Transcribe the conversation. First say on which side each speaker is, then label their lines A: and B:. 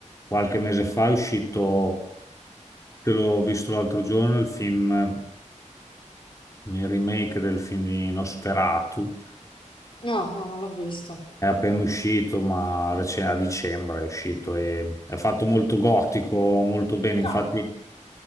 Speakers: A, on the left; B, on the left.
A: Qualche mese fa è uscito, che l'ho visto l'altro giorno, il film, il remake del film di Nosferatu.
B: No, no, non l'ho visto.
A: È appena uscito, ma rec- a dicembre è uscito e è fatto molto gotico, molto bene. Infatti,
B: Ah,